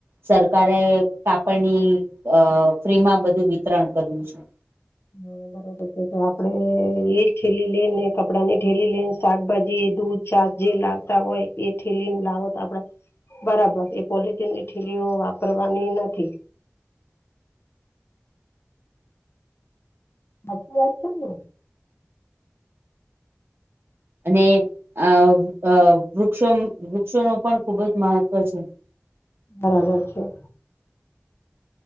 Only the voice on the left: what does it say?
હ બરોબર તો આપડે
એ જ થેલી લેયને કપડાં ની થેલી લેય ને શાકભાજી દૂધ છાસ જે લાવતા હોય એ થેલીની લાવો તો આપડે બરાબર એ પોલીથીન ની થે લીઓ વાપરવાની નથી હાચી વાત છે, ને
બરાબર છે.